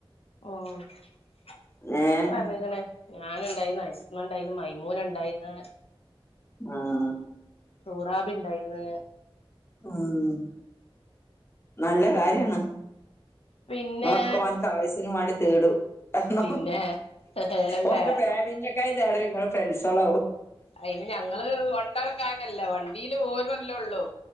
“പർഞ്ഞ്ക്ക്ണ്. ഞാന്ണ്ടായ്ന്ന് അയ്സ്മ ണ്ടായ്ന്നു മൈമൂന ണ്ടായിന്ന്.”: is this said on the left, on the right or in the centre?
Left